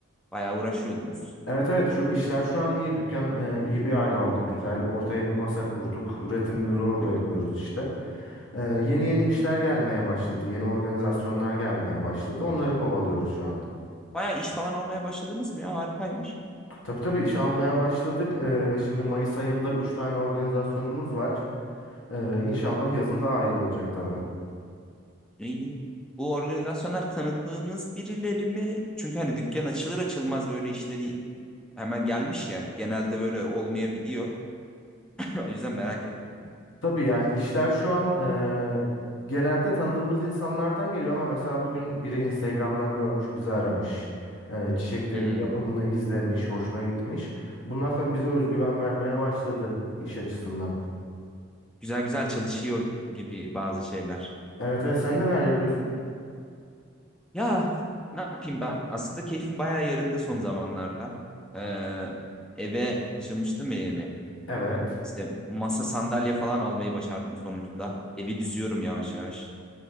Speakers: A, in the centre; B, on the left.
A: Bayağı uğraşıyordunuz.
B: evet evet şu işler şu an iyi dükkan e, iyi bir hale aldı güzel ortaya bir masa kurduk. Üretimimizi orada
A: Hı hı.
B: yapıyoruz işte. Ee, yeni yeni işler gelmeye başladı yeni organizasyonlar gelmeye başladı onları kovalıyoruz şu an.
A: Bayağı iş falan almaya başladınız mı ya? Harikaymış.
B: Tabii tabii iş almaya başladık. Ee, şimdi Mayıs ayında 3 tane organizasyonumuz var. Ee, İnşallah
A: Hı hı.
B: yazın daha iyi olacak tabii.
A: E, İyi. Bu organizasyonlar tanıttığınız birileri mi? Çünkü hani dükkan açılır açılmaz böyle işleri hemen gelmiş ya. Genelde böyle olmayabiliyor. <clears throat> <laughs> O yüzden merak ettim onu.
B: Tabii yani işler şu an eee, genelde tanıdığımız insanlardan geliyor ama mesela bugün biri Instagram'dan görmüş bizi aramış. Eee, çiçeklerin
A: Hmm.
B: yapımını izlemiş, hoşuna gitmiş. Bunlar tabii bize özgüven vermeye başladı iş açısından.
A: güzel güzel çalışıyor gibi bazı şeyler.
B: Evet evet sen neler yapıyorsun?
A: Ya ne yapayım ben? Aslında keyfim bayağı yerinde son zamanlarda. Ee, eve taşınmıştım ya yeni.
B: Evet.
A: İşte masa sandalye falan almayı başardım sonuçta. Evi düzüyorum yavaş yavaş.